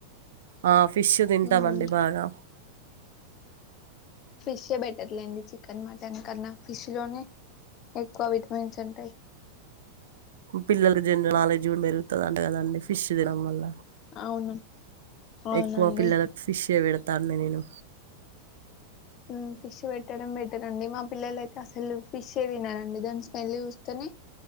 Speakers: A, on the right (about 60°); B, on the left (about 35°).
A: ఆ ఫిష్ తింటామండి
B: మ్మ్
A: బాగా
B: ఫిషే ఏ బెటర్ లెండి చికెన్ మటన్ కన్నా ఫిష్ లోనే ఎక్కువ విటమిన్స్ ఉంటాయి
A: పిల్లలకి జనరల్ నాలెడ్జ్ కూడా పెరుగుతది అంట కదండి ఫిష్ తినడం వల్ల
B: అవును అవునండి
A: ఎక్కువ పిల్లలకు ఫిష్ ఏ పెడతా అండి నేను
B: ఉ ఫిష్ పెట్టడం బెటర్ అండి మా పిల్లల అయితే అసలు ఫిషే తినరండి దాని స్మెల్ చూస్తేనే